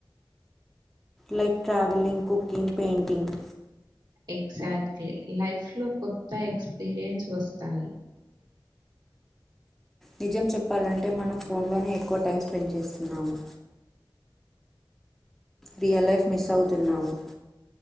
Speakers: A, in the centre; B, on the right (about 55°).
A: like travelling cooking painting
B: exactly life లో కొత్త ఎక్స్పీరియన్స్ వస్తాయి
A: నిజం చెప్పాలంటే మనం ఫోన్లోనే ఎక్కువ టైం స్పెండ్ చేస్తున్నాము రియల్ లైఫ్ మిస్ అవుతున్నాము